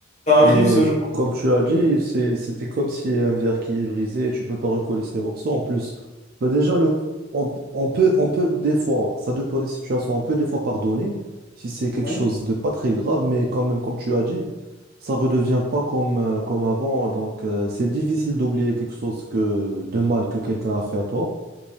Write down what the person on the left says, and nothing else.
ça
arrive ce genre.
Oui.